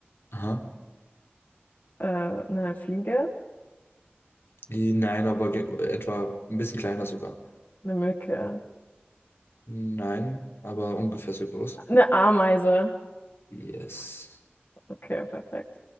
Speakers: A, on the left; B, on the left.
A: Aha.
B: Äh, eine Fliege,
A: Die- Nein, aber ge- etwa ein bisschen kleiner sogar.
B: eine Mücke,
A: Nein, aber ungefähr so groß.
B: eine Ameise.
A: Yes.
B: Okay, perfekt.